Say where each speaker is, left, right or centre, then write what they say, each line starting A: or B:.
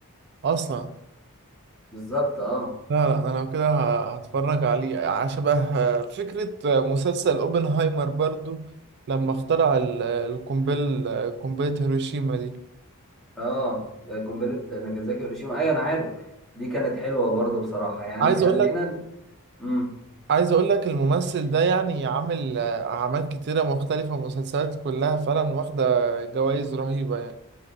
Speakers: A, on the right; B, in the centre.
A: أصلا
B: بالظبط اه
A: لا لا انا لو كده ه- هتفرج عليه ع- شبه آه، فكرة آه، مسلسل اوبنهايمر برضو لما اخترع ال- القنبل آه، قنبلة هيروشيما دي
B: اه قنبلة ناجازاكي وهيروشيما ايوه انا عارف دي كانت حلوة برضه بصراحة يعني
A: عايز
B: خلينا
A: اقول لك
B: امم
A: عايز اقول لك الممثل ده يعني عامل آه، اعمال كتيرة مختلفة مسلسلات كلها فعلا واخدة جوائز رهيبة يعني